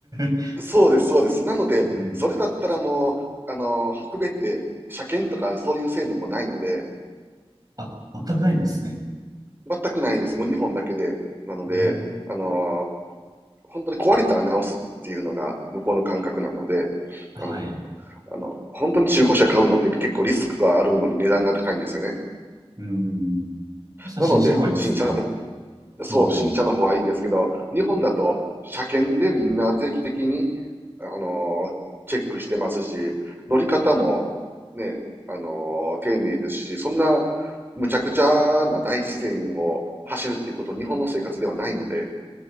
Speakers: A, on the right (about 35°); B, on the right (about 20°).
A: <laughs>
B: そうです、そうです。なので、
A: うん。
B: それだったらもう、あの、北米って車検とかそういう制度もないので、
A: <laughs> あ、全くないんですね。
B: 全くないです。もう2本だけで。なので、
A: ええ
B: あの、本当に壊れたら直すっていうのが向こうの感覚なので、
A: はい。
B: あの、あの、本当に中古車買うのって結構リスクがあるのに値段が高いんですよね。
A: うん。そしたら新車の方がいいですね。
B: なので、新車だと、そう、
A: うん。
B: 新車の方がいいんですけど、日本だと車検でみんな定期的に、あのーチェックしてますし、乗り方もね、あのー丁寧ですし、そんなむちゃくちゃな大自然を走るっていうこと、日本の生活ではないので、